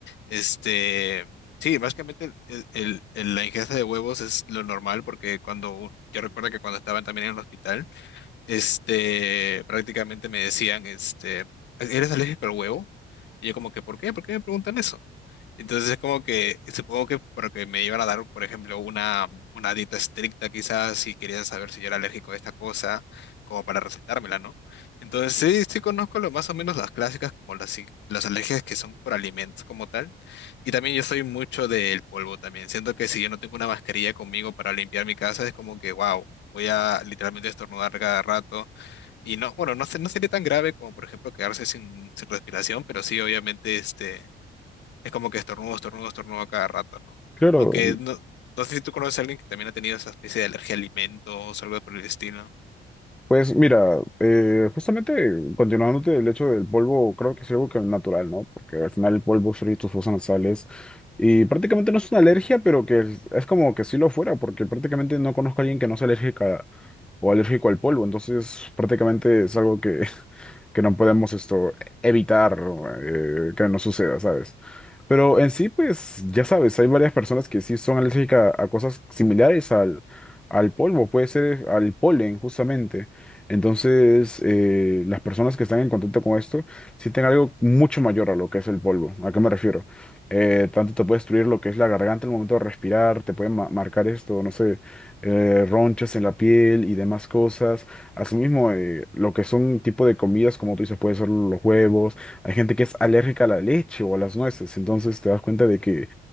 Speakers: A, on the left (about 65°); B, in the centre.
A: Este, sí, básicamente el- el- el- la ingesta de huevos es lo normal porque cuando, u- yo recuerdo que cuando estaba también en el hospital, este, prácticamente me decían, este, ¿eres alérgico al huevo? Y yo como que, ¿por qué? ¿Por qué me preguntan eso? Entonces es como que, supongo que porque me iban a dar, por ejemplo, una, una dieta estricta quizás si querían saber si yo era alérgico a esta cosa, como para recetármela, ¿no? Entonces sí, sí conozco lo, más o menos las clásicas, como las, i- las alergias que son por alimentos como tal. Y también yo soy mucho del polvo también. Siento que si yo no tengo una mascarilla conmigo para limpiar mi casa, es como que, wow. Voy a literalmente estornudar cada rato. Y no, bueno, no, se- no sería tan grave como, por ejemplo, quedarse sin, sin respiración, pero sí, obviamente, este, es como que estornudo, estornudo, estornudo a cada rato, ¿no?
B: Claro,
A: Aunque no, no sé si tú conoces a alguien que también ha tenido esa especie de alergia a alimentos o algo por el estilo.
B: Pues mira, eh, justamente continuándote del hecho del polvo, creo que es algo que es natural, ¿no? Porque al final el polvo son tus fosas nasales y prácticamente no es una alergia, pero que es, es como que sí lo fuera, porque prácticamente no conozco a alguien que no sea alérgica o alérgico al polvo, entonces prácticamente es algo que, <laughs> que no podemos esto evitar eh, que no suceda, ¿sabes? Pero en sí, pues ya sabes, hay varias personas que sí son alérgicas a cosas similares al, al polvo, puede ser al polen justamente. Entonces, eh, las personas que están en contacto con esto sienten algo mucho mayor a lo que es el polvo. ¿A qué me refiero? Eh, tanto te puede destruir lo que es la garganta en el momento de respirar, te puede ma- marcar esto, no sé, eh, ronchas en la piel y demás cosas. Asimismo, eh, lo que son tipo de comidas, como tú dices, puede ser los huevos. Hay gente que es alérgica a la leche o a las nueces, entonces te das cuenta de que